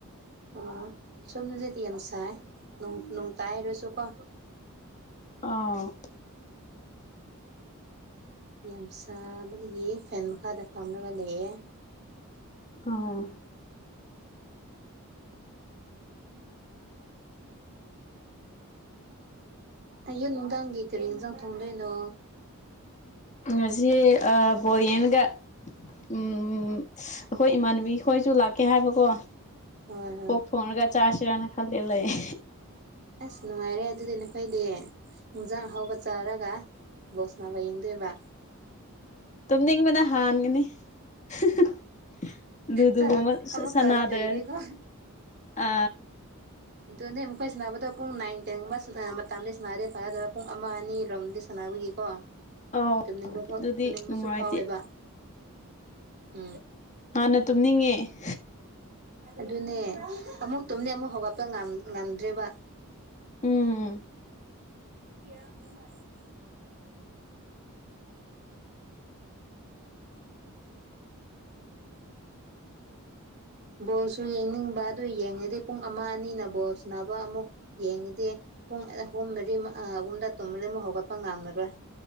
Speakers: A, on the right; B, on the left.
A: ꯑꯣ ꯁꯣꯝꯗꯗꯤ ꯌꯥꯝ ꯁꯥꯏꯌꯦ ꯅꯣꯡ ꯇꯥꯏ ꯍꯥꯏꯔꯁꯨꯀꯣ
B: ꯑꯥ
A: ꯌꯥꯝ ꯆꯥꯕꯗꯒꯤ ꯐꯦꯟ ꯃꯈꯥꯗ ꯐꯝꯂꯒ ꯂꯩꯌꯦ
B: ꯑꯥ
A: ꯑꯌꯨꯛ ꯅꯨꯡꯗꯥꯡꯒꯤꯩ ꯀꯔꯤ ꯍꯦꯟꯖꯥꯡ ꯊꯣꯡꯗꯣꯏꯅꯣ
B: ꯉꯁꯤ ꯑ ꯕꯣꯔꯤ ꯑꯃꯒ ꯎꯝ ꯑꯩꯈꯣꯏ ꯏꯃꯥꯟꯅꯕꯤ ꯈꯣꯏꯁꯨ ꯂꯥꯛꯀꯦ ꯍꯥꯏꯕꯀꯣ
A: ꯍꯣꯏ ꯍꯣꯏ
B: ꯄꯣꯛ ꯊꯣꯡꯉꯒ ꯆꯥꯁꯤꯔꯅ ꯈꯟꯂ ꯂꯩꯌꯦ
A: ꯑꯁ ꯅꯨꯡꯉꯥꯏꯔꯦ ꯑꯗꯨꯗꯤ ꯅꯈꯣꯏꯗꯤ ꯏꯟꯖꯥꯡ ꯑꯍꯥꯎꯕ ꯆꯥꯔꯒ ꯕꯣꯜ ꯁꯥꯅꯥꯕ ꯌꯦꯡꯗꯣꯏꯕ
B: ꯇꯨꯝꯅꯤꯡꯕꯅ ꯍꯥꯟꯒꯅꯤ <unintelligible> ꯂꯨꯗꯨꯒꯨꯝꯕ
A: ꯆꯥ ꯑꯃꯨꯛ
B: ꯁꯥꯅꯥꯗ꯭ꯔꯗꯤ
A: ꯆꯥꯕ ꯂꯣꯏꯔꯗꯤꯀꯣ
B: ꯑ
A: ꯑꯗꯨꯅꯦ ꯃꯈꯣꯏ ꯁꯥꯅꯅ꯫ꯕꯗꯣ ꯄꯨꯡ ꯅꯥꯏꯟ ꯇꯦꯡꯒꯨꯝꯕ ꯃꯇꯝꯗꯤ ꯁꯥꯟꯅꯔꯦ ꯐꯥꯒꯗꯕ ꯄꯨꯡ ꯑꯃ ꯑꯅꯤꯔꯣꯝꯗꯤ ꯁꯥꯟꯅꯕꯒꯤꯀꯣ
B: ꯑꯧ
A: ꯇꯨꯝꯅꯤꯡꯕ
B: ꯑꯗꯨꯗꯤ
A: ꯇꯨꯝꯅꯤꯡꯕꯁꯨ
B: ꯅꯨꯡꯉꯥꯏꯇꯦ
A: ꯐꯥꯎꯋꯦꯕ <unintelligible>
B: ꯍꯥꯟꯅ ꯇꯨꯝꯅꯤꯡꯉꯦ
A: ꯑꯗꯨꯅꯦ ꯑꯃꯨꯛ ꯇꯨꯝꯅꯦ ꯑꯃꯨꯛ ꯍꯧꯒꯠꯄ ꯉꯝꯗ꯭ꯔꯦꯕ
B: ꯎꯝ
A: <unintelligible> ꯕꯣꯜꯁꯨ ꯌꯦꯡꯅꯤꯡꯕ ꯑꯗꯨ ꯌꯦꯡꯉꯗꯤ ꯄꯨꯡ ꯑꯃ ꯑꯅꯤꯅ ꯕꯣꯜ ꯁꯥꯅꯕ ꯑꯃꯨꯛ ꯌꯦꯡꯉꯗꯤ ꯄꯨꯡ ꯑꯍꯨꯝ ꯃꯔꯤ ꯑꯍꯨꯝꯗ ꯇꯨꯝꯃꯗꯤ ꯑꯃꯨꯛ ꯍꯧꯒꯠꯄ ꯉꯝꯃꯔꯣꯏ